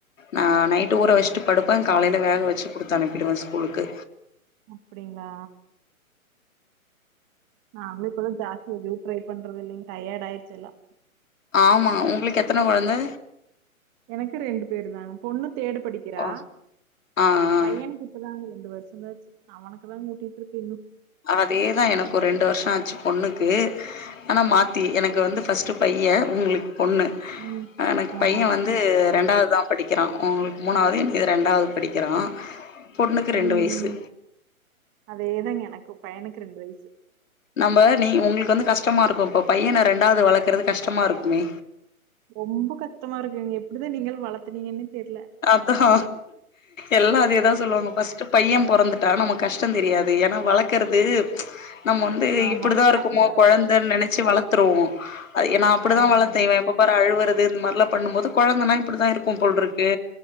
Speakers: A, on the left; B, on the right.
A: நா நைட்டு ஊற வெச்சுட்டு படுப்பே காலைல வேக வெச்சு குடுத்தனுப்பிடுவே ஸ்கூலுக்கு
B: அப்டிங்களா நாங்களு இப்பலா ஜாஸ்தி எது ட்ரை பண்றது இல்லைங்க டயர்டு ஆயிடுச்சி எல்லா
A: ஆமா உங்களுக்கு எத்தன கொழந்த
B: எனக்கு ரெண்டு பேரு தா பொண்ணு தேடு படிக்கிறா
A: ஆ ஆ ஆ.
B: பையனுக்கு இப்தாங்க ரெண்டு வருஷோதா ஆச்சு அவனுக்கு தா கூட்டிட்டு இருக்கு இன்னு
A: அதே தா எனக்கு ரெண்டு வருஷோ ஆச்சு பொண்ணுக்கு ஆனா மாத்தி எனக்கு வந்து ஃபஸ்ட்டு பைய உங்களுக்கு பொண்ணு
B: ம்
A: எனக்கு
B: ஆமாங்க
A: பைய வந் வந்து ரெண்டாவது தா படிக்கிறா உங்களுக்கு மூணாவது எனக்கு இது ரெண்டாவது படிக்கிறா பொண்ணுக்கு ரெண்டு
B: ம்
A: வயசு
B: அதேதாங்க எனக்கு பையனுக்கு ரெண்டு வயசு
A: நம்ம நீ உங்களுக்கு வந்து கஷ்டமா இருக்கு இப்போ பையன ரெண்டாவது வளக்கறது கஷ்டமா இருக்குமே
B: ரொம்ப கஷ்டமா இருக்குங்க எப்டிதா நீங்கள் வளத்துனீங்கன்னு தெர்ல
A: அதா எல்லா அதேதா சொல்லுவாங்க பஸ்ட்டு பைய பொறந்துட்டா நமக்கு கஷ்ட தெரியாது ஏனா வளக் க்குறது நம்ம வந்து
B: ஆமா
A: இப்டிதா
B: பிராக்டிஸ்
A: இருக்குமோ
B: ஆயிடும்
A: கொழந்தன்னு நெனைச்சு வளர்த்துருவோ அ நா அப்டிதா
B: அதான்
A: வளத்தே இவ இப்போ எப்ப பாரு அழுவுறது இந்த மாரில்லா பண்ணும்போது கொழந்தனா இப்டிதா இருக்கு போல்ருக்கு